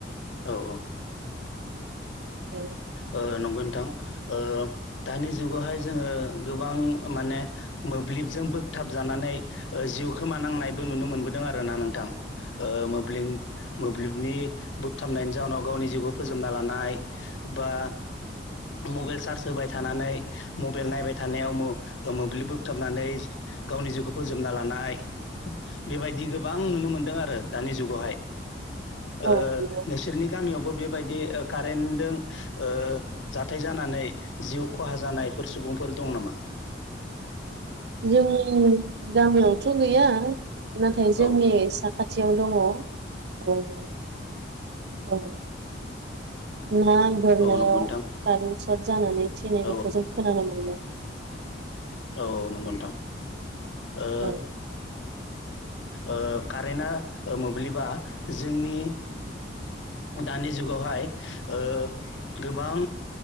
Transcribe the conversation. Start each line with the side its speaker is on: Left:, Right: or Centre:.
Left: औ - औ
Right: औ
Left: ओ नंगौ नोंथां ओ दानि जुगावहाय जोंङो गोबां माने मोब्लिबजों बोगथाब जानानै जिउ खोमानांनायबो नुनो मोनबोदों आरोना नोंथां ओ मोब्लिब मोब्लिबनि बोगथाबनायनि जाउनाव गावनि जिउखौ फोजोबना लानाय बा मबाइल चार्ज होबाय थानानै मबाइल नायबाय थानायाव मोब्लिब बोगथाबनानै गावनि जिउखौ फोजोबना लानाय बेबायदि गोबां नुनो मोनदों आरो दानि जुगावहाय
Right: नंगौ
Left: ओ नोंसोरनि गामियावबो बेबायदि ओ का रेनदों ओ जाथाय जानानै जिउ खहा जानायफोर सुबुंफोर दं नामा? <inaudible>
Right: जोंनि गामियावथ' गैया नाथाय जोंनि
Left: औ
Right: सा खाथियाव दङो औ - औ ना बोननायाव
Left: औ नंगौ नोंथां
Right: कारेन्ट सर्ट जानानै थैनाय
Left: औ
Right: बेखौ जों खोनानो <unintelligible>
Left: औ - औ नंगौ नोंथां ओ
Right: औ
Left: ओ कारेन्टआ मोब्लिबा जोंनि दानि जुगावहाय ओ गोबां